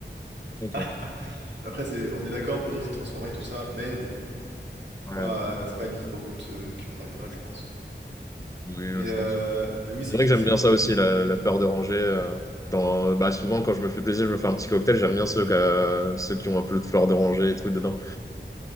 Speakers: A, on the left; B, on the right.
A: Ok.
B: Ah, après, c'est, on est d'accord pour dire que c'est transformé et tout ça, mais bon.
A: Ouais,
B: pas, euh, c'est pas une micro-goutte euh, qui me fera du mal, je pense.
A: oui,
B: Mais, euh,
A: je pense.
B: mais oui,
A: C'est
B: c'est
A: vrai
B: classique.
A: que j'aime bien ça aussi, la, la fleur d'oranger. euh, dans, bah souvent, quand je me fais plaisir, je me fais un petit cocktail. J'aime bien ceux, que- ceux qui ont un peu de fleur d'oranger et tout dedans.